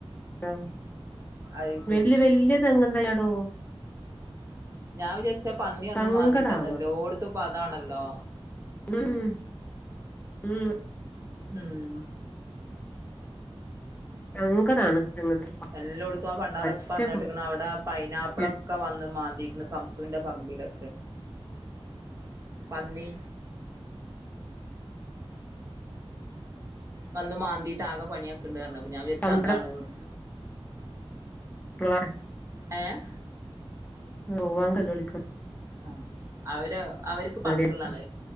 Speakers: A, on the left; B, on the right.
A: ആഹ
B: അത് ശരി
A: വല്യ വല്യ തെങ്ങ് തൈ ആടോ
B: ഞാൻ വിചാരിച്ച് പന്നി വന്ന്
A: സങ്കടാവുക
B: മാന്തിട്ടാന്നല്ലോടത്തും പ്പം അതാണല്ലോ
A: ഉം ഉം
B: ഉം
A: സങ്കടാണ് തെങ്ങും തൈ
B: എല്ലായിടത്തും ആ പണ്ടാറം
A: പറ്റെ
B: പറണെട്ടിക്കണ അവിടെ പൈനാപ്പിളൊക്കെ
A: കുത്തിയിട്ടിട്ട്
B: വന്ന് മാന്തിക്കണ് സംസുവിന്റെ പറമ്പില് <unintelligible> പന്നി വന്ന് മാന്തിട്ടാകെ പണിയാക്കിണ്ട് പറഞ്ഞ് അപ്പൊ ഞാൻ വിചാരിച്ച്
A: ഉം
B: അതാണ്ന്ന്
A: <unintelligible>
B: ഏഹ്
A: ഓ വാണ്ടല്ലോല്ക്ക്
B: ആ അവര് അവർക്ക് പറഞ്ഞിട്ടുള്ളതാണ്
A: എനിക്ക്